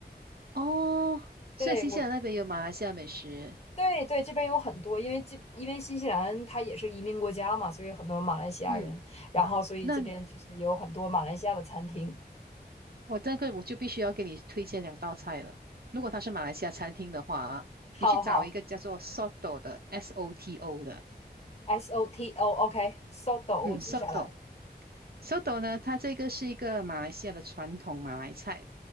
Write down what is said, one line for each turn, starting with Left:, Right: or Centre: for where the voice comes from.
Right: 哦，所以新西兰那边有马来西亚美食。
Left: 对我对对这边有很多，因为这因为新西兰它也是移民国家嘛，所以很多马来西亚人，
Right: 嗯，
Left: 然后所以这边就是有很多马来西亚的餐厅。
Right: 那我这个我就必须要给你推荐两道菜了。如果它是马来西亚餐厅的话啊，
Left: 好好
Right: 你去找一个叫做 Soto 的 S O T O 的，
Left: ，S O T O，OK，Soto，
Right: 嗯，Soto。
Left: 我记下来。
Right: Soto 呢，它这个是一个马来西亚的传统马来菜，